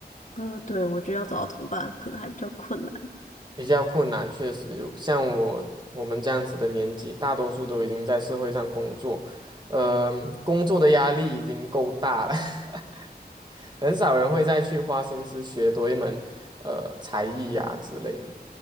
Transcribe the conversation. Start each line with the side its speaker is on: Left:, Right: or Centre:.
Left: 呃，对，我觉得要找到同伴可能还比较困难。
Right: 比较困难，确实有，像我我们这样子的年纪，大多数都已经在社会上工作，呃，工作的压力已经够大了。<laughs> 很少人会再去花心思学多一门呃才艺呀、之类的。